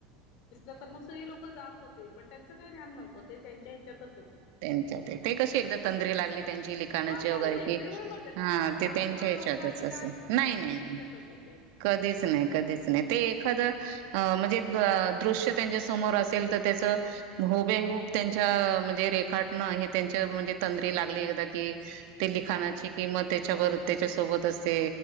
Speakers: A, on the left; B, on the right.
A: आता मग सगळी लोक जात होते. पण त्यांचं काही ध्यान नव्हतं ते त्यांच्या ह्याच्यातचऽऽ
B: त्यांच्या ते,,, ते कशी एकदा तंद्री लागली त्यांची लिखाणाची
A: हा
B: वगैरे
A: तंद्री
B: की,,,
A: म्हणजे म्हणून म्हणतात त्यांना
B: ह
A: काय असं
B: ते
A: अहंकार
B: त्यांऽऽऽ त्याच्या
A: नव्हता
B: हेच्यात
A: की
B: असं
A: काय नव्हतं
B: नाही-नाही-नाही.
A: ते त्यांच्या ह्याच्यातच होते
B: कधीच नाही. कधीच नाही. ते एखादं
A: हम्म
B: अ म्हणजे. दृश्य त्यांच्या समोर असेल तर. त्याच हबे हूब त्यांच्या म्हणजेे रेख खाटण हे त्यांच्या म्हणजे तंद्री लागली एकदा कि. ते लिखाणाची किं म त्याच्यावर. त्याच्यासोबतच ते